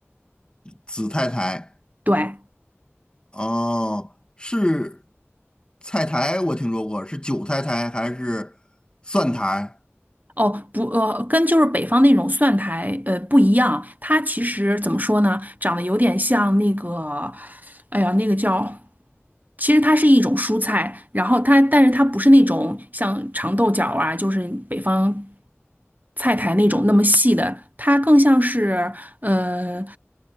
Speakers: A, on the left (about 20°); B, on the right (about 40°).
A: 紫菜苔。
B: 对。
A: 哦，是菜苔，我听说过，是韭菜苔还是蒜苔？
B: 哦，不，呃，跟就是北方那种蒜苔，呃，不一样。它其实怎么说呢，长得有点像那个，哎呀，那个叫，其实它是一种蔬菜，然后它，但是它不是那种像长豆角啊，就是北方菜苔那种那么细的，它更像是，呃，